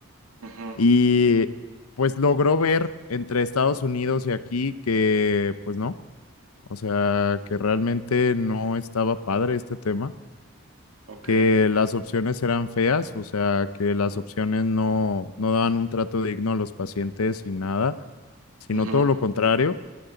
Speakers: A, on the right (about 75°); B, on the left (about 80°).
A: Ujú,
B: Y pues logró ver entre Estados Unidos y aquí que pues no, o sea, que realmente no estaba padre este tema
A: ok.
B: que las opciones eran feas, o sea, que las opciones no, no daban un trato digno a los pacientes y nada, sino
A: Ujú,
B: todo lo contrario.